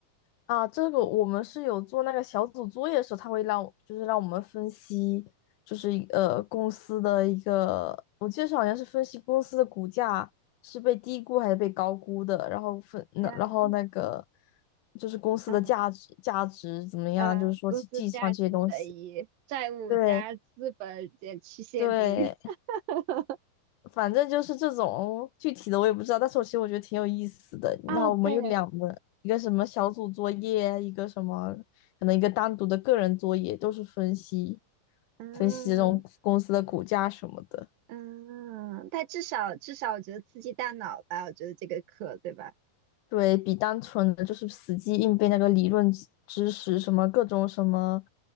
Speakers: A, on the left (about 80°); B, on the right (about 75°).
A: 啊，这个我们是有做那个小组作业的时候，他会让就是让我们分析，就是一呃公司的一个，我记得是好像是分析公司的股价是被低估还是被高估的，然后分那然后那个
B: 嗯
A: 就是公司的价值价值怎么样，
B: 嗯，呃公司价值等于债务加资本减去现金。
A: 就是说去计算这些东西。对对，
B: <laughs>
A: 反正就是这种具体的我也不知道，但是我其实我觉得挺有意思的。
B: 哦，
A: 然后我们有两门，
B: 对，
A: 一个什么小组作业，一个什么可能一个单独的个人作业，都是分析
B: 嗯
A: 分析这种公司的股价什么的。
B: 嗯，但至少至少我觉得刺激大脑吧，我觉得这个课对吧？
A: 对比单纯的就是死记硬背那个理论知知识，什么各种什么，